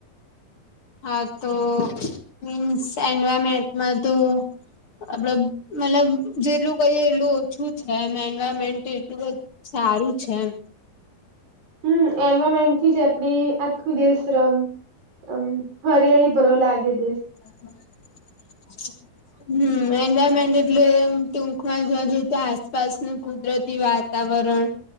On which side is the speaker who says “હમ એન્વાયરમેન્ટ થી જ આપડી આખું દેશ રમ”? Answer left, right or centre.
Right